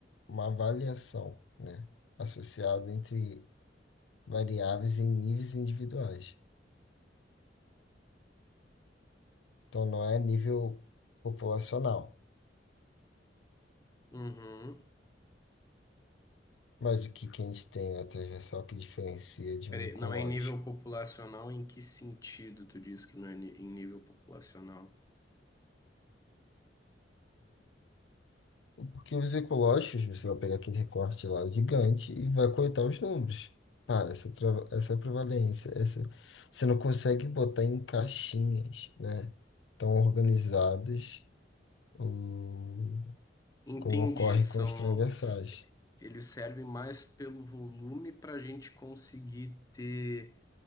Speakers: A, on the left; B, on the left.
A: uma avaliação, né? Associada entre variáveis em níveis individuais. Então não é nível populacional,
B: Uhum.
A: mas o que, que a gente tem na transversal que diferencia de
B: Peraí,
A: um ecológico?
B: não é em nível populacional? Em que sentido tu diz que não é ni- em nível populacional?
A: Porque os ecológicos, você vai pegar aquele recorte lá gigante e vai coletar os números. Cara, essa, trava- essa prevalência, essa, você não consegue botar em caixinhas, né? Tão organizadas, o,
B: Entendi.
A: como ocorre
B: São.
A: com os transversais.
B: s- Eles servem mais pelo volume para a gente conseguir ter